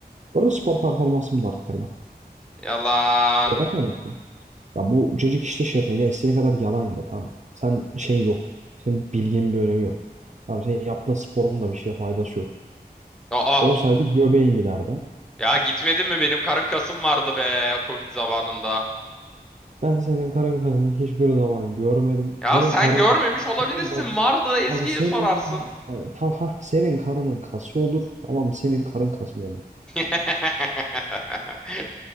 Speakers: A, on the right; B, in the centre.
A: Bu arada spor performansımı da arttırdı.
B: Yalan.
A: Neden kaynaklı? Ya bu cacık işte şey yapıyor. Ya istediğin kadar yalan in de tamam mı? Sen şey yoktur. Senin bilginin bir önemi yok. Tamam senin yaptığın sporun da bir şeye faydası yok.
B: Aa.
A: Olsaydı göbeğin giderdi.
B: Ya gitmedin mi? Benim karın kasım vardı be Covid zamanında.
A: Ben senin karın kasını hiçbir zaman görmedim.
B: Ya
A: Senin
B: sen
A: karın
B: görmemiş olabilirsin.
A: senin bak
B: Vardı Ezgi'ye
A: bak senin
B: sorarsın.
A: bak, tam ha senin karının kası olur. Tamam mı? Senin karın kasın olur.
B: <laughs>